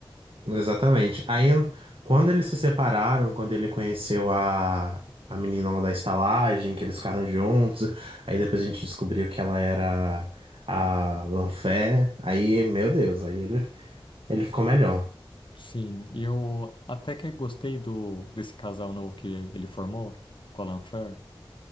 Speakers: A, on the right (about 80°); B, on the left (about 65°).
A: exatamente. Aí, quando eles se separaram, quando ele conheceu a, a menina lá da estalagem, que eles ficaram juntos, aí depois a gente descobriu que ela era a Lanfé. Aí, meu Deus, aí ele, ele ficou melhor. <laughs>
B: Sim, e eu até que gostei do desse casal novo que ele formou, Colin Fair.